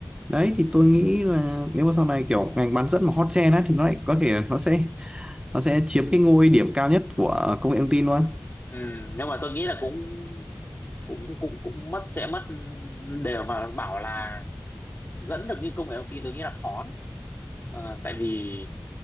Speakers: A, on the right; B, on the left.
A: đấy thì tôi nghĩ là nếu mà sau này kiểu ngành bán dẫn mà hot trend á thì nó lại có thể nó sẽ nó sẽ chiếm cái ngôi điểm cao nhất của công nghệ thông tin luôn
B: ừm. nhưng mà tôi nghĩ là cũng cũng cũng cũng mất sẽ mất ừ, đều mà bảo là dẫn được như công nghệ thông tin tôi nghĩ là khó đấy. Ờ, tại vì